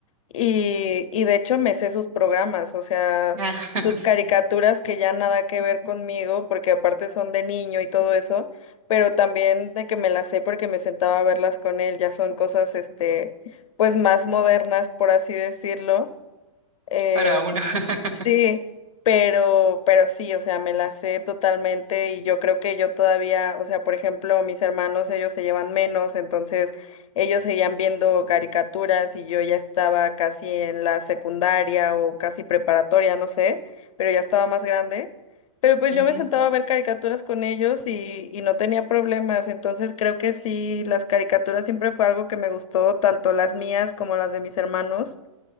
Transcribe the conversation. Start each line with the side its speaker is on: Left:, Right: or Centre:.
Left: Y, y de hecho me sé sus programas, o sea,
Right: Ah, <laughs>
Left: sus
Right: sí,
Left: caricaturas que ya nada que ver conmigo, porque aparte son de niño y todo eso, pero también de que me las sé porque me sentaba a verlas con él, ya son cosas, este, pues más modernas, por así decirlo. eh,
Right: para uno. <laughs>
Left: Sí, pero, pero sí, o sea, me la sé totalmente y yo creo que yo todavía, o sea, por ejemplo, mis hermanos, ellos se llevan menos, entonces ellos seguían viendo caricaturas y yo ya estaba casi en la secundaria o casi preparatoria, no sé, pero ya estaba más grande. Pero pues
Right: Ujú.
Left: yo me sentaba a ver caricaturas con ellos y, y no tenía problemas, entonces creo que sí, las caricaturas siempre fue algo que me gustó, tanto las mías como las de mis hermanos.